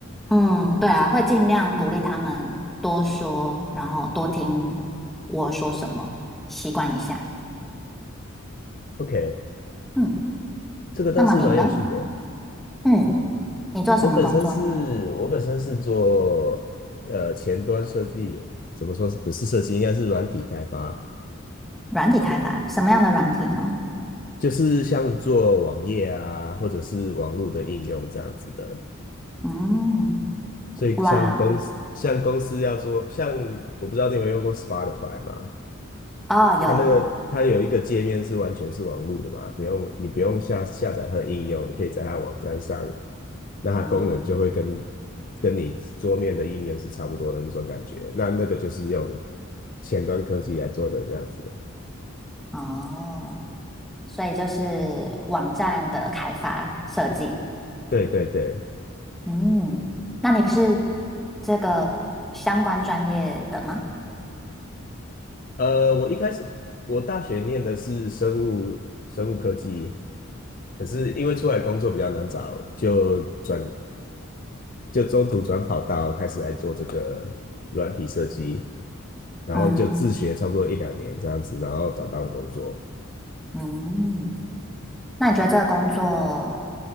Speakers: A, in the centre; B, on the left.
A: 嗯，对啊，会尽量鼓励他们多说，然后多听我说什么，习惯一下。
B: ？OK，
A: 嗯，
B: 这个倒是蛮有趣的。
A: 那么你呢？嗯，你做什么工作呢？
B: 我本身是，我本身是做呃前端设计，怎么说是不是设计，应该是软体开发，
A: 软体开发，什么样的软体呢？
B: 就是像做网页啊，或者是网络的应用这样子的。
A: 嗯，
B: 所以像公司，
A: 软，
B: 像公司要做，像我不知道你有没有用过 Spotify 嘛？
A: 哦，有
B: 它那个它有一个界面是完全是网路的嘛，不用你不用下下载它的应用，你可以在它网站上，那它功能就会跟
A: 啊，
B: 跟你桌面的应用是差不多的那种感觉。那那个就是用前端科技来做的这样子的。
A: 哦，所以就是网站的开发设计。
B: 对对对，
A: 嗯，那你不是这个相关专业的吗？
B: 呃，我一开始我大学念的是生物生物科技，可是因为出来工作比较难找，就转就中途转跑道开始来做这个软体设计，然后就自学差不多一两年这样子，
A: 嗯
B: 然后找到工作，
A: 嗯。那你觉得这个工作